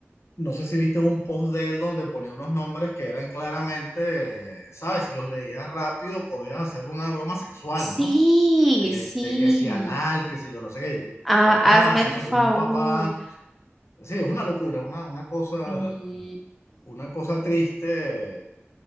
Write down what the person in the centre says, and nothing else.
Sí,
sí.
Ah,
hazme el
favor.
Y-